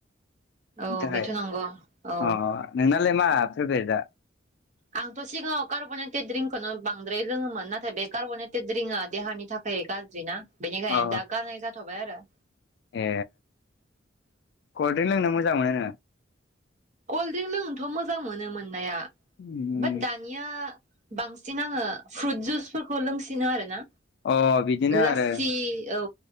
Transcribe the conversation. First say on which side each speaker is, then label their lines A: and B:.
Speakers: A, on the right; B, on the left.
A: औ
B: बिनि थाखाय।
A: बेथ' नंगौ औ
B: अ नोंनालाय मा फेभरेटआ?
A: आंथ' सिगाङाव कार्ब'नेटेड द्रिकखौनो बांद्राय लोङोमोन नाथाय बे कार्ब'नेटेड द्रिंकआ देहानि थाखाय थाय गाज्रिना बेनिखायनो
B: अ
A: दा गारनाय जाथ'बाय आरो।
B: ए कलड्रिं लोंनो मोजां मोनो नोङो?
A: कल्ड्रिंक लोंनोथ' मोजां मोनो मोननाया।
B: उम।
A: ओ दानिया बांसिन आङो फ्रुट जुस फोरखौ लोंसिनो आरोना
B: अ बिदिनो
A: लाससि
B: आरो
A: औ